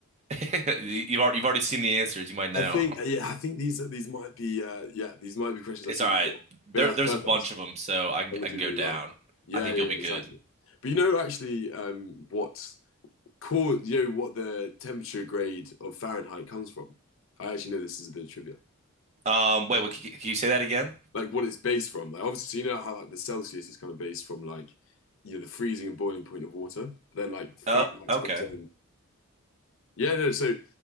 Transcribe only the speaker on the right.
<laughs> You've already, you've already seen the answers. You might know.
<laughs>
It's
all right.
There,
there's
a bunch of them, so I can
I
can go
down.
I think
you'll be
good.
Um, wait, what, can, can you say that again?
Oh, okay.